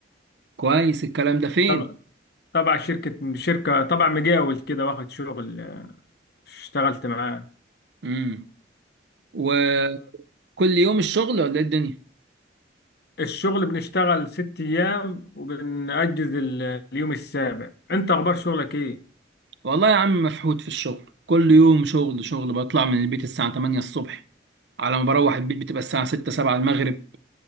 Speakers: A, on the right (about 60°); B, on the left (about 55°).
A: كويس الكلام ده فين
B: تبع تبع شركه شركه تبع مجاول كده واخد شغل آه، اشتغلت معاه
A: امم وكل يوم الشغل ولا ايه الدنيا
B: فالشغل بنشتغل ست ايام وبنأجز ال- اليوم السابع انت اخبار شغلك ايه
A: والله يا عم مفحوط في الشغل كل يوم شغل شغل بطلع من البيت الساعة 8 الصبح على ما بروح البيت بتبقى الساعة 6 7 المغرب